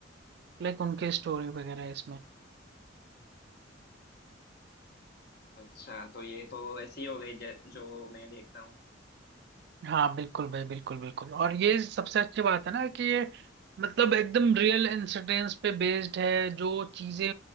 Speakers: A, on the right; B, on the left.
A: लाइक उनकी स्टोरी वगैरह है इसमें
B: अच्छा तो ये तो ऐसी हो गई ज- जो मैं देख रहा हूँ
A: हाँ बिल्कुल भाई बिल्कुल बिल्कुल और ये सबसे अच्छी बात है ना कि ये मतलब एकदम रियल इंसिडेंट्स पे बेस्ड है जो चीजें